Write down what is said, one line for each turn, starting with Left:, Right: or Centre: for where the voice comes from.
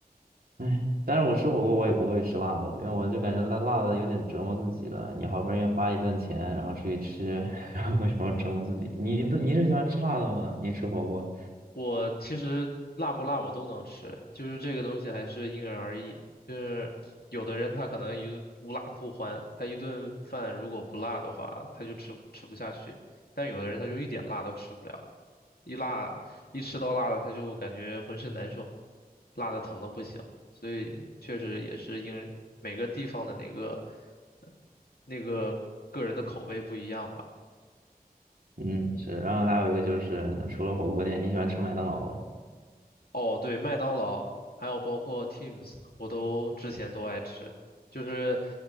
Right: 哎，但是我吃火锅我也不会吃辣的，因为我就感觉辣辣的有点折磨自己了。你好不容易花一顿钱，然后出去吃，<laughs> 然后为什么要折磨自己？你你是喜欢吃辣的吗？你吃火锅？
Left: 我其实辣不辣我都能吃，就是这个东西还是因人而异。就是有的人他可能一无辣不欢，他一顿饭如果不辣的话，他就吃吃不下去；但有的人他就一点辣都吃不了。一辣一吃到辣的，他就感觉浑身难受，辣的疼的不行。所以确实也是因每个地方的那个呃那个个人的口味不一样吧。
Right: 嗯，是。然后还有一个就是，嗯除了火锅店，你喜欢吃麦当劳吗？
Left: 哦，对，麦当劳，还有包括 Teams，我都之前都爱吃。就是，